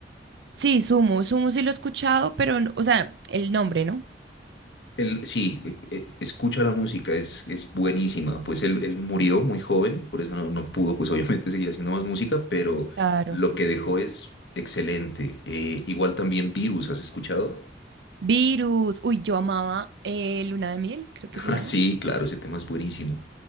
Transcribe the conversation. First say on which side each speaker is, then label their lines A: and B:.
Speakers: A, on the right; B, on the left.
A: sí, Sumo. Sumo sí lo he escuchado, pero, no- o sea, el nombre, ¿no?
B: Él, sí, e- e- escucha la música, es, es buenísima. Pues él, él murió muy joven, por eso no, no pudo, pues <laughs> obviamente, seguir haciendo más música, pero
A: Claro.
B: lo que dejó es excelente. Eh, igual también Virus, ¿has escuchado? <laughs>
A: Virus. Uy, yo amaba eh, Luna de Miel, creo que se
B: Ah,
A: llama.
B: sí, claro, ese tema es buenísimo.